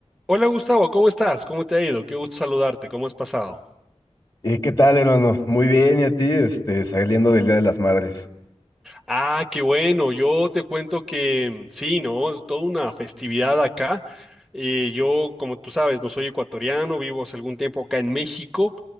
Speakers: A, in the centre; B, on the left.
A: Hola Gustavo, ¿cómo estás? ¿Cómo te ha ido? Qué gusto saludarte, ¿cómo has pasado?
B: ¿Y qué tal, hermano? Muy bien, ¿y a ti? Este, saliendo del Día de las Madres.
A: Ah, qué bueno, yo te cuento que mm, sí, ¿no? Es toda una festividad acá. Eh, yo, como tú sabes, no soy ecuatoriano, vivo hace algún tiempo acá en México,